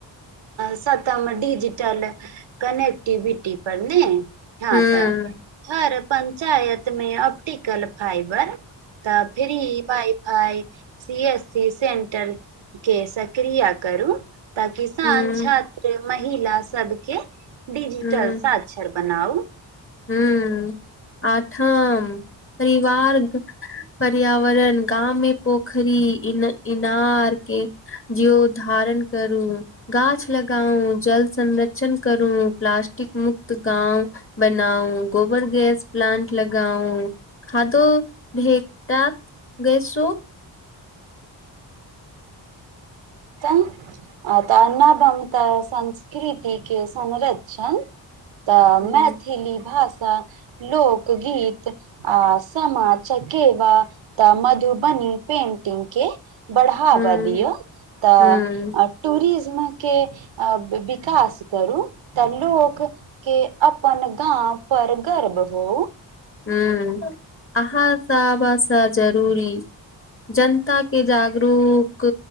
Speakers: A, on the right (about 75°); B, on the left (about 30°).
A: सतम डजिटल कनेक्टिविटी पर ने हँ
B: हूँ
A: तऽ हर पञ्चायत मे ऑप्टिकल फाईबर तऽ free wifi C S C centre के सक क्रिया करू ताकि स
B: हूँ
A: छात्र
B: हूँ
A: महिला सबके डीजिटल
B: हूँ
A: साक्षर बनाउ
B: हूँ आठम परिवार पर्यावरण गाँव मे पोखरि इ ईनार के जीव धारण करू गाछ लगाउ जल संरक्षण करू प्लास्टिक मुक्त गाँव बनाउ गोबर गैस प्लांट लगाउ खादो भेटत गैसो
A: तऽ आ तऽ अ नबम तऽ संस्कृतिके संरक्षण तऽ
B: हूं
A: मैथिली भाषा लोक गीत आ समा चकेवा तऽ मधुबनी पेटिंग के बढाबा
B: हूं
A: दियौ त
B: हूं
A: टूरिज्म के विकास करू तऽ लोक के अपन गाँव पर गर्व हो
B: हाँ अहाँ सबस से जरूरी जनताके जागरूक